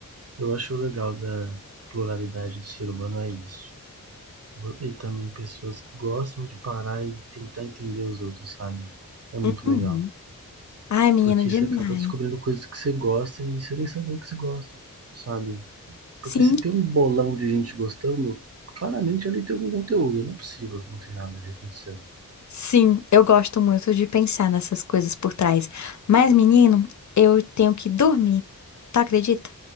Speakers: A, on the right; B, on the left.
A: Eu acho o legal da pluralidade do ser humano é isso. E também pessoas que gostam de parar e tentar entender os outros, sabe? É muito
B: Uhum.
A: legal.
B: Ai, menina,
A: Porque
B: demais.
A: você acaba descobrindo coisas que você gosta e você nem sabia que você gosta, sabe? Porque
B: Sim.
A: se tem um bolão de gente gostando, claramente ali tem algum conteúdo. Não é possível que não tem nada ali acontecendo.
B: Sim, eu gosto muito de pensar nessas coisas por trás. Mas, menino, eu tenho que dormir. Tu acredita?